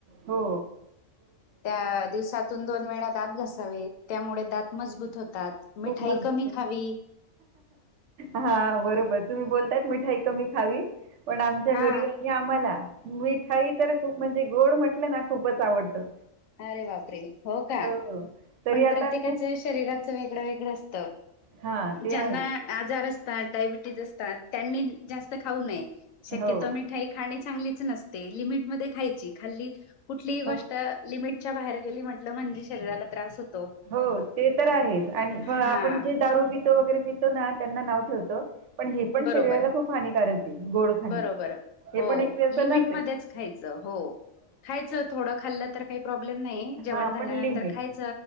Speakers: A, on the right (about 70°); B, on the left (about 75°).
A: हो.
B: त्या दिवसातून दोन वेळा दात घासावेत. त्यामुळे दात मजबूत होतात.
A: खूप
B: मिठाई
A: मजबूतय.
B: कमी खावी
A: हा बरोबर. तुम्ही बोलतायत, मिठाई कमी खावी. पण आमच्या
B: हा
A: घरी आणि आम्हाला. मिठाई तर खूप म्हणजे गोड म्हटलं ना, खूपच आवडतं.
B: अरे, बापरे! हो, का?
A: हो, तरी
B: पण
A: आता
B: प्रत्येकाच्या
A: खूप
B: श शरीराच वेगळं- वेगळं असतं.
A: हां, ते
B: ज्यांना
A: आहे.
B: आजार असतात. डायबिटीज असतात. त्यांनी जास्त खाऊ नये. शक्यतो
A: हो,
B: मी ठाई खाने चांगलीच नसते. लिमिटमध्ये खायची. खाल्ली, कुठलीही गोष्ट
A: हो.
B: लिमिटच्या बाहेर गेली म्हटलं, म्हणजे शरीराला त्रास होत
A: हो. ते तर आहेच आणि आपण
B: हा
A: जे दारू पितो. वगैरे पितो ना, त्यांना नाव ठेवतो पण हे पण
B: बरोबर
A: शरीराला खूप हानिकारकय. गोड खाणं.
B: बरोबर
A: हे
B: हो
A: पण एक व्यसनचय.
B: लिमिटमध्येच खायचं. हो. खायचं, थोडं खाल्लं तर काही प्रॉब्लेम नाही. जेवण
A: हा
B: झाल्यानंतर
A: पण लिमिट
B: खायच.